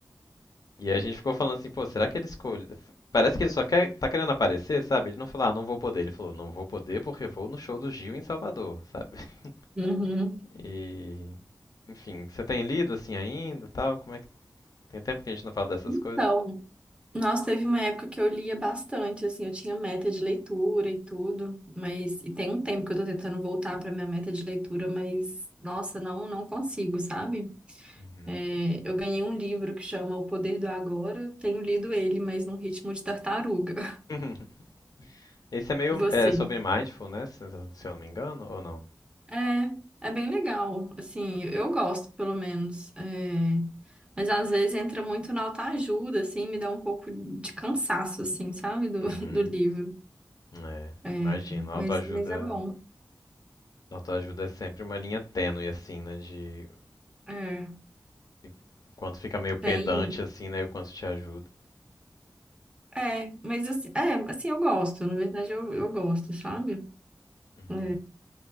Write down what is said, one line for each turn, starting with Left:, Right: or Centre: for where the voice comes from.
Left: E aí a gente ficou falando assim, pô, será que ele escolhe? Parece que ele só quer, tá querendo aparecer, sabe? Ele não falou, ah, não vou poder. Ele falou, não vou poder porque vou no show do Gil em Salvador, sabe? <laughs>
Right: Uhum.
Left: E, enfim, você tem lido assim ainda, e tal? Como é que tem tempo que a gente não fala dessas
Right: Então,
Left: coisas?
Right: nossa, teve uma época que eu lia bastante, assim, eu tinha meta de leitura e tudo, mas e tem um tempo que eu tô tentando voltar pra minha meta de leitura, mas nossa, não, não consigo, sabe?
Left: Uhum.
Right: É, eu ganhei um livro que chama O Poder do Agora, tenho lido ele, mas num ritmo de tartaruga. <laughs>
Left: <laughs> Esse é meio
Right: E você?
Left: é, sobre mindfulness, se se eu não me engano, ou não?
Right: É, é bem legal, assim, eu gosto, pelo menos. é. Mas às vezes entra muito na autoajuda, assim, me dá um pouco de cansaço, assim, sabe, do,
Left: Uhum.
Right: <laughs> do livro.
Left: É,
Right: É,
Left: imagino, autoajuda
Right: mas, mas é bom.
Left: Autoajuda é sempre uma linha tênue, assim, né? De
Right: É,
Left: o quanto fica meio pedante,
Right: tem.
Left: assim, né? E o quanto te ajuda.
Right: É, mas assim, é, assim, eu gosto, na verdade, eu, eu gosto, sabe?
Left: Uhum.
Right: É,